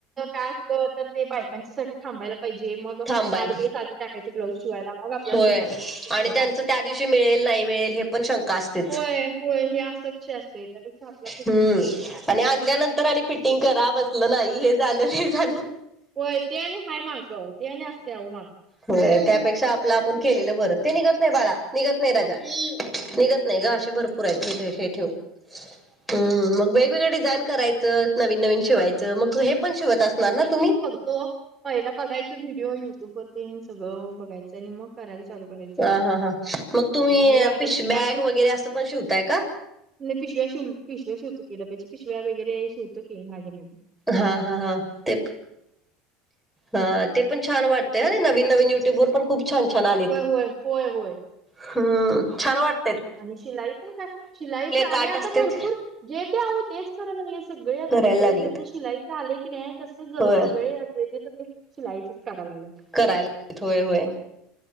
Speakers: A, on the right; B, in the centre.
A: काय असत तर ते बायकांच्या साठी थांबायला पाहिजे मग
B: थांबायला.
A: आठ दिवस आधी टाकायचे ब्लाऊज शिवायला मग आपल्याला
B: होय
A: फंक्शन पर्यंत
B: आणि
A: मिळणार.
B: त्यांचं त्या दिवशी मिळेल नाही मिळेल हे पण शंका असते.
A: होय होय हे असा विषय असतोय याच्यापेक्षा आपला प्रश
B: हम्म आणि आणल्यानंतर आणि फिटिंग करा बसलं नाही हे झालं ते झालं
A: होय ते नाही खाय माग त्या न आ असते आ माग
B: हो त्यापेक्षा आपलं आपण केलेलं भर ते निघत नाही बाळा निघत नाही राजा
A: होय
B: निघत नाही ग असे भरपूर आहेत हे हे ठेव हम् मग वेगवेगळ डिझाईन करायचं नवीन नवीन शिवायचं मग हे पण शिवत असणार ना तुम्ही
A: तो पहिला बघायचा व्हिडिओ युट्यूब वरती सगळं बघायचं आणि मग करायला चालू करायचं
B: ह हा हां मग तुम्ही
A: आणि आपल्याला
B: पिश
A: शिकायला
B: बॅग वगैरे असं पण शिवताय का
A: नाही पिशव्या शव पिशव्या शवोी डब्या पिव्या वगैरे शवतोी माझ्या म
B: हा हा हा ते हा ते पण छान वाटतं नवीन नवीन युट्यूब वर पण खूप छान छान आले
A: होय होय होय होय
B: हम्म र वाट
A: आणि शिलाई पण काय शिलाई पण
B: काठ
A: आणि आता
B: असतात
A: भरपूर जे काय आहू तेच कराय लागले सगळे आता
B: करायला
A: जे
B: लागलेत
A: ज शिलाई ले की नाही तसच
B: होय
A: सगळे असलेचे शिलाईच कराव लाग
B: करायला होय होय